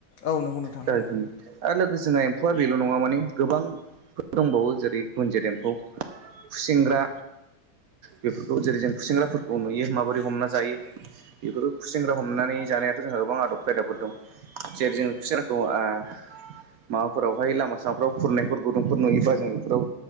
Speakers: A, on the left (about 65°); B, on the right (about 65°).
A: औ नंगौ नोंथां
B: जायखौनो आरो लोगोसे जोंहा एम्फौआ बेल नङा माने गोबांफोर दंबावो जेरै ऐ गुनजेद देम्फौ खुसेंग्रा बेफोरखौ जेरै जों खुसेंग्राफोरखौ नुयो माबोरै हमना जायो बेफोरखौ खुसेेंग्रा हमनानै जानायाथ जोंहा गोबां आदब खायदाफोर दं जेरै जों खुसेंग्राखौ ओ माबाफोरावहाय लामा सामाफोराव खुरनायफोर गुदुंफोर नुयोबा जों <unintelligible>